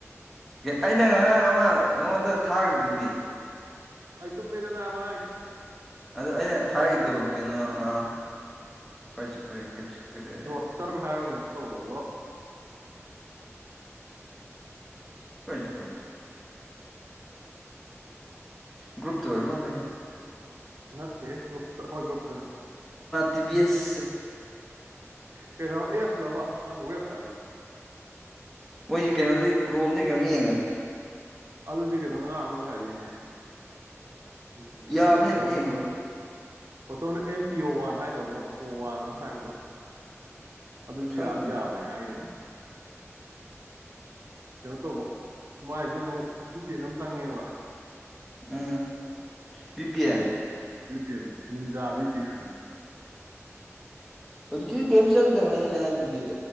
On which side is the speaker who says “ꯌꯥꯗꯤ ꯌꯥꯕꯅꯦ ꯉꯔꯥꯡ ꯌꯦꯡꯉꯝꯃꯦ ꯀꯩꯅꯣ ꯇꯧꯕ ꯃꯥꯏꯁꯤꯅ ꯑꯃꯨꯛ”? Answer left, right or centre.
Right